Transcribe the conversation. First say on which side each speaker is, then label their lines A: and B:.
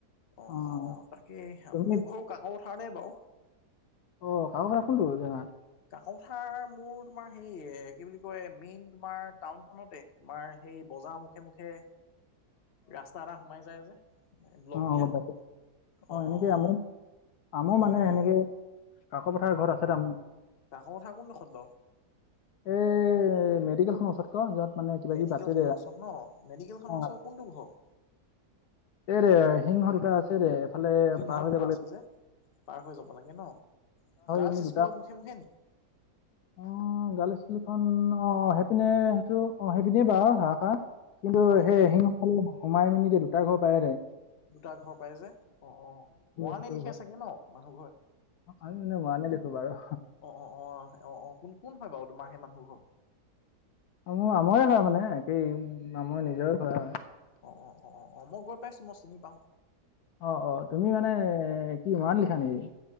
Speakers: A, on the left; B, on the left.
A: অ
B: অঁ
A: অ তাকে
B: তুমি
A: মোৰ ঘৰ কাকো পথাৰতে বাৰু।
B: অ কাকো পথাৰ কোনোটো জাগা?
A: কাকো পথাৰ মোৰ তোমাৰ হে কি বুলি কয় মেইন তোমাৰ টাউনখনতে। তোমাৰ সেই বজাৰৰ মুখে মুখে ৰাস্তা এটা সোমাই যায় যে। ব্লক
B: অ
A: দিয়া
B: গম পাইছো,
A: অ
B: এনেকৈ
A: অ অ
B: আমো আমো মানে
A: অ অ অ
B: এনেকে কাকো পথাৰ ঘৰত আছে তাৰমান।
A: কাকো পথাৰ কোন দখৰত বাৰু?
B: এই মেডিকেলখনৰ ওচৰত যত মানে কিবা
A: মেডিকেল
B: কিবি পাতে
A: খনৰ
B: দে
A: ওচৰত ন, মেডিকেল খনৰ
B: অঁ
A: ওচৰত কোনটো ঘৰ?
B: এ ৰে সিং দুটা আছে ৰে এইফালে
A: সিংহ
B: পাৰ হৈ
A: দুটা
B: যাব
A: আছে
B: লাগিব
A: যে পাৰ হৈ যাব লাগে ন, গাৰ্লছ
B: আমি দুটা
A: স্কুলৰ মুখে মুখে নেকি?
B: অ গাৰ্ল স্কুলখন আহ অ সেইপিনে সেইটো অ সেইপিনে বাৰু <unintelligible> কিন্তু
A: হয়
B: সেই
A: হয়
B: শিং- সোমাই মেলি যে দুটা ঘৰ পায় যে
A: দুটা ঘৰ পাই যে, অ অ মৰানী
B: সেইটো
A: লিখে
B: ঘৰ
A: চাগে ন মানুহ ঘৰ?
B: আমি মানে মোৰাণী লিখো বাৰু।
A: অ অ অ অ অ কোন কোন হয় বাৰু তোমাৰ সেই মানুহ ঘৰ?
B: অ মোৰ আমৈ হয় মানে, একেই মোৰ নিজৰে ঘৰ হয়।
A: অ-অ-অ-অ-অ মই গৈ পাইছো মই চিনি পাওঁ।
B: অ অ তুমি মানে কি মৰাণ লিখা নেকি?